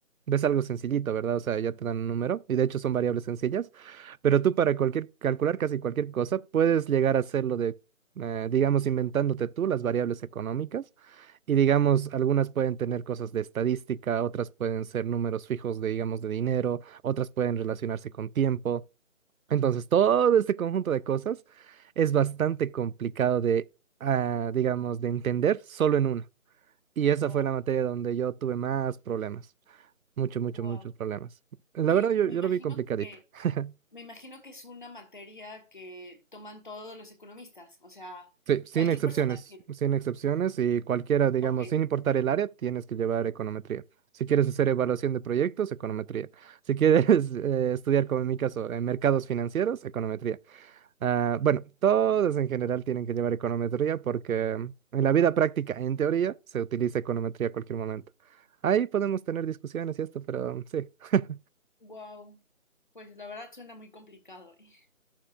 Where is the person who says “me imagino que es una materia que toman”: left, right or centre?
Left